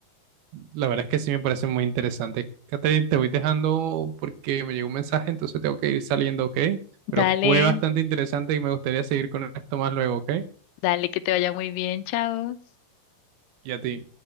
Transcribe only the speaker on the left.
Dale,
dale, que te vaya muy bien, chao.